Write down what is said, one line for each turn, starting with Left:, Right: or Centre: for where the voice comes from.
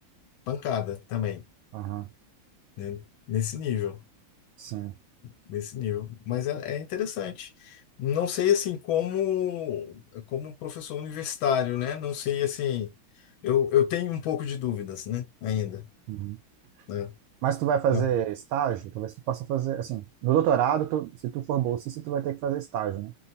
Left: pancada também,
Right: Aham.
Left: né? Nesse nível.
Right: Sim.
Left: nesse nível. Mas é, é interessante. Não sei assim como como professor universitário, né? Não sei assim. Eu, eu tenho um pouco de dúvidas, né? Ainda,
Right: Uhum.
Left: né?
Right: Mas tu vai fazer
Left: Mas
Right: estágio? Talvez tu possa fazer, assim, no doutorado, tu- se tu for bolsista, tu vai ter que fazer estágio, né?